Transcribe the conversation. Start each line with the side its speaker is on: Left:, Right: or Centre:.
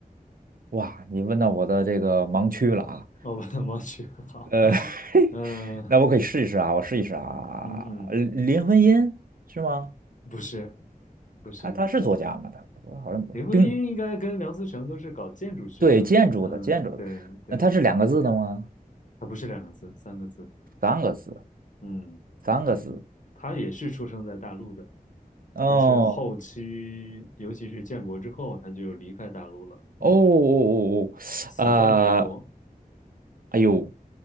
Right: 哇，你问到我的这个盲区了啊，
Left: 哦，我忘好，
Right: 呃，
Left: <laughs>
Right: <laughs>
Left: 嗯
Right: 那我可以试一试啊，我试一试啊。
Left: 嗯嗯，
Right: 林林徽因是吗？
Left: 不是不是，
Right: 她她是作家吗？
Left: 但。
Right: 她我好像不，
Left: 林徽因应该跟梁思成都是搞建筑学的，
Right: 并对建筑的建筑的，
Left: 嗯，对对，
Right: 那它是两个字的吗？
Left: 他不是两个字，三个字，
Right: 三个字，
Left: 嗯，
Right: 三个字。
Left: 他也是出生在大陆的，
Right: 哦
Left: 但是后期，尤其是建国之后，他就离开大陆了，
Right: 哦哦哦哦，
Left: 对，死在美国，
Right: 哦呃，哎呦，